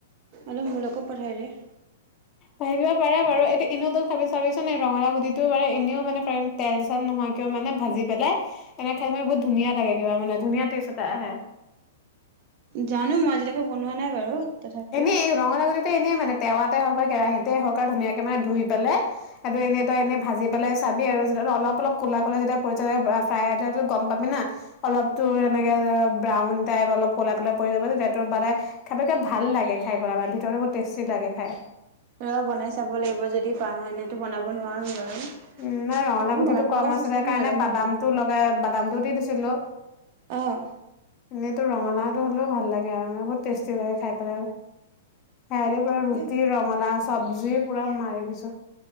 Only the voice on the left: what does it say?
ভ দিব পাৰে বাৰু এই এনেও তল খাবি চাবিচোন ৰঙালাও গুটিটো ব এনেও মানে তেল চেল নোহোৱাকেও মানে ভাজি পেলাই এনেক খাই ম বহুত ধুনীয়া লাগে কিবা মানে ধুনীয়া টেষ্ট এটা আহে।
এনেই এই ৰঙালাও গুটি এনেই মানে টেৱাতে হওক বা কেৰাহিতে হওঁক আৰু ধুনীয়াকে মানে ধুই পেলাই সেইটো এনেই তই এনে ভাজি পেলাই চাবি, আৰু যেতিয়া অলপ-অলপ ক'লা-ক'লা যেতিয়া পৰি যাব ফ্ৰাই গম পাবি না অলপ তো এনেকে ব্ৰাউন টাইপ অলপ ক'লা-ক'লা পৰি যাব তেতিয়া <unintelligible> ভাল লাগে খাই, <unintelligible> ভিতৰতো বহুত টেষ্টি লাগে খায়।
উম, নাই ৰঙালাউ
গুটিটো
কম
আছিলে
কাৰণে
বাদাম
টো লগাই বাদাম টো দি দিছো ছিলো।
এনেই তোৰ ৰঙালাওটো হ'লেও ভাল লাগে, আৰু মানে বহুত টেষ্টি লাগে খাই পেলাই। সেয়াদি পৰা
ৰুটি
ৰঙালাও চব্জি পোৰা মাৰি দিছো।